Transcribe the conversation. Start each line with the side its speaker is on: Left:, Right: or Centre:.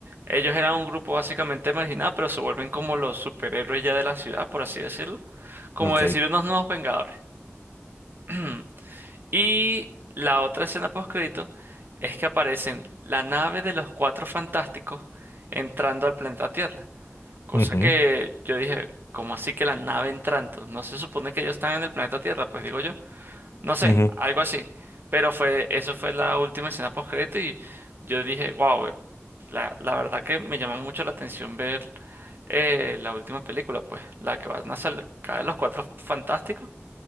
Right: ellos eran un grupo básicamente marginado, pero se vuelven como los superhéroes ya de la ciudad, por así decirlo. Como
Left: Ok.
Right: decir unos nuevos Vengadores. <clears throat> Y la otra escena post crédito es que aparecen la nave de los Cuatro Fantásticos entrando al planeta Tierra. Cosa
Left: Ujú,
Right: que yo dije, ¿cómo así que la nave entrando? No se supone que ellos están en el planeta Tierra, pues digo yo. No sé,
Left: ujú.
Right: algo así. Pero fue, eso fue la última escena post y yo dije, wow, la, la verdad que me llama mucho la atención ver eh, la última película, pues, la que van a sacar los Cuatro Fantásticos,